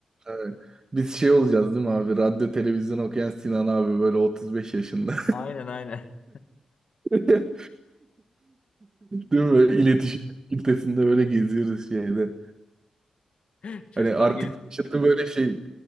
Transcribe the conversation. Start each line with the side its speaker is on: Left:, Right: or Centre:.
Right: evet. biz şey olacağız değil mi abi? Radyo televizyon okuyan Sinan abi böyle 35 yaşında.
Left: <laughs> Aynen aynen.
Right: <laughs> Değil mi? İletişim kitlesinde böyle geziyoruz şeyde.
Left: <laughs> Çocuklar
Right: Hani artık
Left: gelip
Right: yaşıtı böyle şey